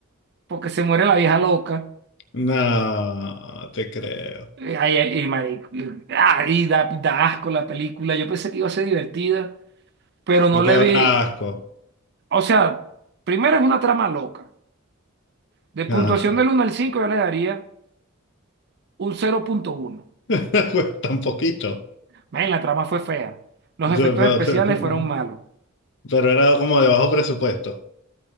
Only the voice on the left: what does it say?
No, te creo.
Lo
que da
asco.
Ajá.
<laughs> Pues tan poquito.
Pero
<laughs>
pero era como de bajo presupuesto.